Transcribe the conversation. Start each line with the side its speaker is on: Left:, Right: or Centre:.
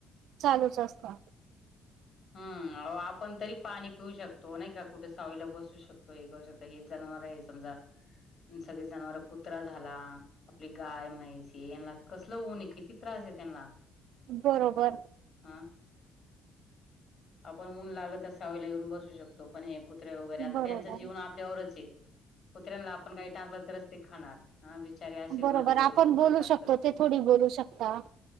Right: चालूच असत.
Left: हम्म्म आहो आपण तरी पाणी पिऊ शकतो, नाही का कुठे सावलीला बसू शकतो हे करू शकतो हे जनावर य समजा, सगळे जनावर कुत्रा झाला आपली गाय म्हैसे यांना कसल ऊन य किती त्रास आहे त्यांना.
Right: बरोबर.
Left: अ. आपण ऊन लागल त सावेला येऊन बस बसू शकतो पण हे कु कुत्रे वगैरे आता
Right: बरोबर,
Left: त्याचं जीवन आपल्यावरच है. कुत्र्यांला आपण काही टाकलं तरच ते खाणार. हा बिचारे असे
Right: बरोबर
Left: उन्हात इकडून
Right: आपण
Left: तिकडं फिरत
Right: बोलू
Left: असतात
Right: शकतो ते थोडी बोलू शकता.